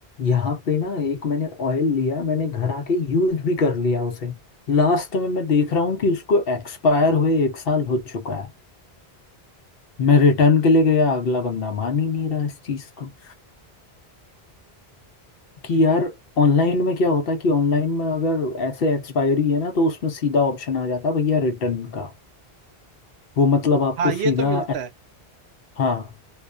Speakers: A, on the left (about 65°); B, on the right (about 75°).
A: यहाँ पे ना एक मैंने ऑयल लिया मैंने घर आके यूज भी कर लिया उसे लास्ट में मैं देख रहा हूँ कि उसको एक्सपायर हुए एक साल हो चुका है मैं रिटर्न के लिए गया अगला बंदा मान ही नहीं रहा इस चीज़ को
B: अच्छा
A: कि यार ऑनलाइन में क्या होता है कि ऑनलाइन में अगर ऐसे एक्सपायरी है ना तो उसमें सीधा ऑप्शन आ जाता है भैया रिटर्न का वो मतलब आपको
B: हाँ ये
A: सीधा
B: तो मिलता है
A: हाँ